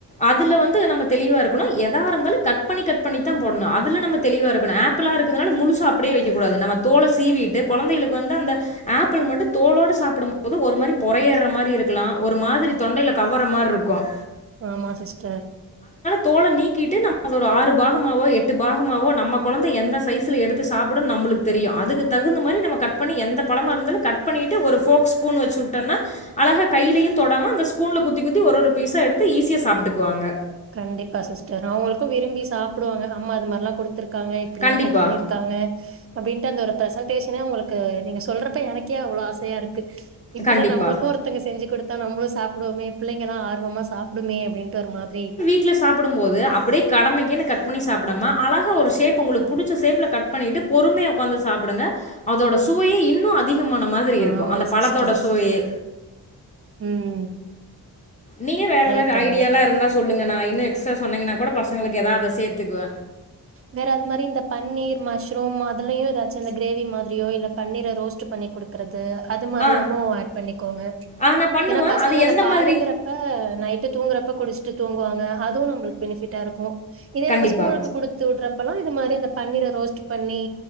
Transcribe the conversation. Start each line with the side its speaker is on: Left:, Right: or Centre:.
Left: அதுல வந்து நம்ம தெளிவா இருக்கணும் எதாருந்தாலும் கட கட் ப்பணி கட்பண்ணி தான் போடணும் அதுல நம்ம தெளிவா இருக்கனும் ஆப்பிளா இருக்குதனால முழுசாப் அப்டியே வெக்கக்கூடாது நமக் தோல சீவிட்டு கொழந்தைகளுக்கு வந்து அந்த ஆப்பிள் மட்டும் தோலோடு சாப்பிடும் போது ஒரு மாரி பொறயேற மாரி இருக்கலாம் ஒரு மாதிரி தொண்டையில கவ்ற மாரி இருக்கும்
Right: ஆமா சிஸ்டர்
Left: தோல நீக்கிட்டு நம்ம ஒரு ஆறு பாகமாவோ எட்டு பாகமாவோ நம்ம கொழந்தை எந்த சைசல எடுத்து சாப்பிடுன்னு நம்மளுக்கு தெரியும் அதுக் தகுந்த மாரி நம்ம கட் பண்ணி எந்த பழமா இருந்தாலும் கட் பண்ணிட்டு ஒரு போக்ஸ்பூன் வச்சு வுட்டோனா அழகா கையிலையும் தொடாம அந்த ஸ்பூன்ல குத்தி குத்தி ஒரு ஒரு பீசா எடுத்து ஈஸியா சாப் சாப்பிட்டுக்கவாங்க
Right: கண்டிப்பா சிஸ்டர் அவங்களுக்கும் விரும்பி சாப்பிடுவாங்க நம்ம அது மாரிலாம் கொடுத்து த்துருக்காங்க இப்படில்லாம்
Left: கண்டிப்பாக
Right: கட் பண்ணியிருக்காங்க அப்டின்ட்டு அந்த ஒரு பிரசன்டேஷன உங்களுக்கு நீங்க சொல்றப்ப எனக்கே அவ்ளோ ஆசையாயிருக்கு இப்டிலா
Left: கண்டிப்பாக
Right: நம்மளுக்கும் ஒருத்தவங்க செஞ்சு குடுத் நம்பளும் சாப்டுவோமே பிள்ளைங்கல்லா ஆர்வமா சாப் டுமே அப்டின்டு ஒரு மாதிரி
Left: டுல சாப்புடும்போது அப்டியே கடமைக்கே கட் பண்ணி சாப்புடாம அழகா ஒரு ஷேப் உங்களுக்கு புடிச்ச சேப்ல கட் பண்ணிட்டு பொறுமைபா ஒக்காந்து சாப்புடுங்க அதோட சுவையே இன்னோம் அதிகமான மாதிரியிருக்கும்
Right: ஆமா
Left: அந்த பழத்தோட
Right: சிஸ்டர்
Left: சுவையே
Right: ம்
Left: நீங்க வேற
Right: ட்ரை
Left: எதாவது
Right: பண்ணுவோ
Left: ஐடியாலா இருந்தா சொல்லுங்க நா இன்னு எக்ஸ்ட்ரா சொன்னீங்கன்னா கூட பசங்களுக்கு எதா அத சேத்துக்குவ
Right: வேற எது மாரி இந்த பன்னீர் மஷ்ரூம் அதுலயு எதாச்சு இந்த கிரேவி மாதிரியோ இல்ல பன்னீர ரோஸ்ட்டு பண்ணி குடுக்குறது அது மாரில்லாமோ
Left: ஆ
Right: ஏட் பண்ணிக்கோங்க
Left: ஆ நான் பண்ணுவேன்
Right: ஏன்னா பசங்க
Left: அது
Right: அந்த
Left: எந்த
Right: பாலுங்குறப்ப
Left: மாதிரி
Right: நைட்டு தூங்குறப்ப குடுச்சுட் ட்டு தூங்குவாங்க அதுவு நம்பளுக்கு பெனிஃபிட்டா இருக்கு இதே
Left: கண்டிப்பா
Right: நம்ப ஸ்கூலுக்கு ங்குற அப்பல்லா இது மாரி இந்த பன்னீர ரோஸ்ட் பண்ணி